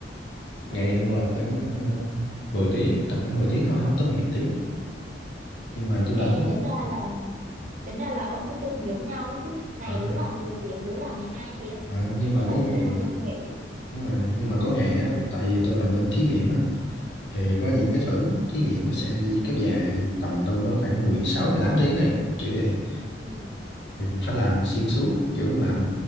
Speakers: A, on the left; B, on the right.
A: ngày thường làm
B: ờ.
A: khoảng uh, 10 tiếng tầm khoảng 10 tiếng thôi không tới mười hai tiếng nhưng mà tôi làm
B: Ê,
A: thí
B: tính ra là tính ra là ông với tôi cũng giống nhau đấy chứ này
A: à,
B: đứa làm 10 tiếng đứa làm mười hai tiếng
A: à, nhưng mà
B: thứ bảy
A: có ngày
B: chủ nhật không được nghỉ
A: đúng rồi, nhưng mà có ngày á tại vì tôi làm bên thí nghiệm á thì có những cái thử thí nghiệm nó sẽ dĩ- kéo dài tầm đâu đó khoảng mười sáu mười tám tiếng này kiểu vậy
B: ừ.
A: thì mình phải làm xuyên suốt kiểu làm